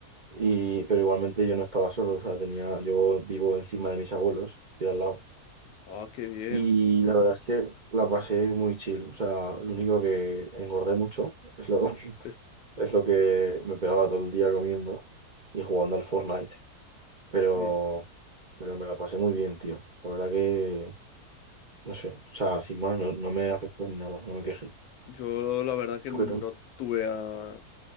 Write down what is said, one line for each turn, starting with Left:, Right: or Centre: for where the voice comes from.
Right: y, pero igualmente yo no estaba solo, o sea, tenía, yo vivo encima de mis abuelos, estoy al lado.
Left: Ah, qué bien.
Right: Y la verdad es que la pasé muy chill, o sea, lo único que engordé mucho es lo, <laughs>
Left: <laughs>
Right: es lo que me pegaba todo el día comiendo y jugando al Fortnite. pero,
Left: Sí.
Right: pero me la pasé muy bien, tío. La verdad que, no sé, o sea, sin más, no, no me afectó ni nada, no me quejé.
Left: Yo la verdad que
Right: ¿Tú
Left: no
Right: qué tal?
Left: tuve a...